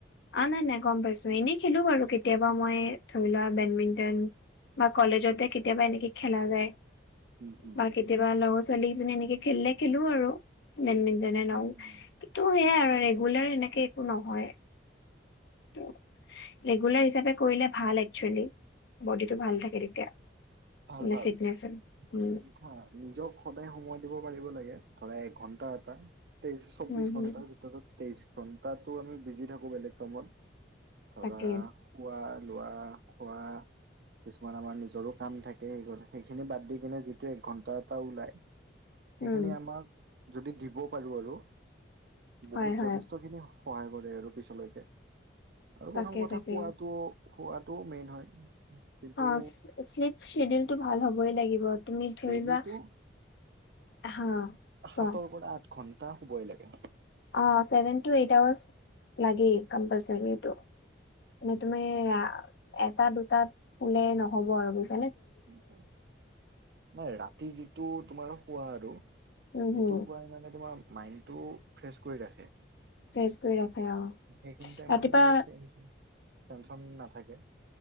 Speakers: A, on the left (about 70°); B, on the right (about 60°).
A: অ নাই নাই গম পাইছো এনেই খেলো বাৰু কেতিয়াবা মই ধৰি বা ব্যাডমিন্টন বা কলেজতে কেতিয়াবা এনেকে খেলা যায়।
B: উম হম
A: বা কেতিয়াবা লগৰ ছোৱালীকেইজনী এনেকে খেলিলে খেলো আৰু। ব্যাডমিন্টন এন
B: উম
A: অল
B: হুম
A: কিন্তু সেইয়াই আৰু ৰেগুলাৰ এনেকে একো নহয়। তো, ৰেগুলাৰ হিচাপে কৰিলে ভাল একচুয়ালি বডিটো ভাল থাকে তেতিয়া।
B: ভাল-ভাল
A: মানে ফিটনেচ হয়।
B: <unintelligible>
A: উম
B: নিজক সদায় সময় দিব পাৰিব লাগে। ধৰা এক ঘন্টা এটা তেইশ চৌবিশ
A: উম হম
B: ঘণ্টাৰ ভিতৰত তেইশ ঘণ্টাটো আমি বিজি থাকোঁ বেলেগ কামত ধৰা
A: তাকে
B: শুৱা লোৱা, খোৱা কিছুমান আমাৰ নিজ জৰোৰ কাম থাকে <unintelligible> গল সেইখিনি বাদ দি কিনে যিটো এক ঘন্টা এটা ওলাই
A: উম
B: সেইখিনি আমাক যদি দিব পাৰো আৰু বহুত
A: হয় হয়
B: যথেষ্ট খিনি সহায় কৰে আৰু পিছলৈকে আৰু
A: তাকে
B: প্ৰথম কথা
A: তাকে
B: খোৱাটো খোৱাটো মেইন হয় কিন্তু
A: অ শ্লিপ সিডিউল টো ভাল হ'বই লাগিব তুমি ধৰি
B: ডেইলিটো
A: লোৱা হা
B: সাতৰ
A: কোৱা
B: পৰা আঠ ঘন্টা শুবই লাগে।
A: অ' ছেভেন তো এইট আৱাৰ্চ লাগেই কম্পালসাৰি এইটো। তুমি এটা দুটাত হলে নহব আৰু বেছি
B: <unintelligible> নাই ৰাতি যিটো তোমাৰ খোৱা আৰু সেইটো
A: উম হম
B: খোৱাই মানে তোমাৰ মাইন্ডটো ফ্ৰেছ কৰি ৰাখে।
A: ফ্ৰেছ কৰি ৰাখে। অ
B: সেইখিনি টাইমত
A: ৰাতিপুৱা
B: মানে টেনচন-টেনচন নাথাকে।